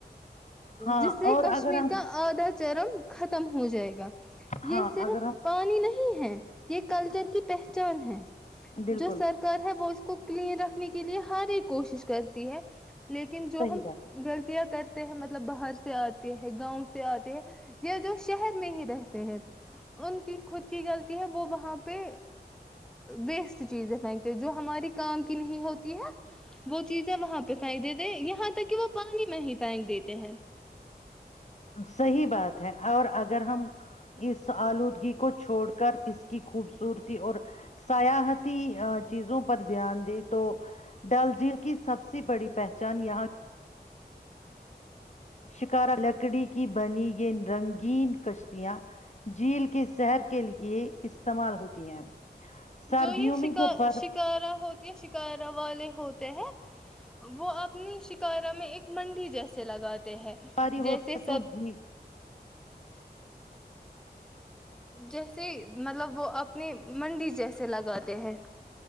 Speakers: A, on the left; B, in the centre.
A: ہاں
B: جس سے
A: اور
B: کشمیر
A: اگر ہم
B: کا آدا <unintelligible> چرم ختم ہو جائے گا <unintelligible>
A: ہاں
B: یہ صرف
A: اگر
B: پانی نہیں <unintelligible> ہیں یہ کلچر کی پہچان ہے <unintelligible>
A: ہم بالکل
B: جو سرکار ہے وہ اس کو کلین رکھنے کے لیے ہر ایک کوشش کرتی ہے لیکن جو
A: صحیح
B: ہم
A: بات
B: غلطیاں کرتے مطلب باہر سے آتے ہیں گاؤں سے آتے ہیں یا جو شہر میں ہی رہتے ہیں ان کی خود کی غلطی ہے وہ وہاں پہ ویسٹ چیزیں پھینکتے جو ہماری کام کی نہیں ہوتی ہے وہ چیزیں وہاں پہ پھینک دیتے یہاں تک کہ وہ پانی میں ہی <unintelligible> پھینک دیتے ہیں <unintelligible>
A: صحی بات ہے اور اگر ہم اس آلودگی کو چھوڑ کر اس کی خوبصورتی اور سیاحتی چیزوں پر دھیان دیں تو ڈل جیل کی سب سے بڑی پہچان یہاں <unintelligible> شکارا لکڑی کی بنی یہ رنگین کشتیاں <unintelligible> جھیل کی شحر کے لیے استعمال ہوتی ہیں <unintelligible> سردیوں
B: جو یہ
A: میں جب برف
B: شکارا ہوتی ہے شکارا والے ہوتے ہیں وہ اپنی شکارا میں ایک منڈی جیسے لگاتے ہیں
A: باری ہوتی
B: جیسے
A: ہے تو
B: سب
A: جی
B: <unintelligible> جیسے مطلب وہ اپنی منڈی جیسے لگاتے ہیں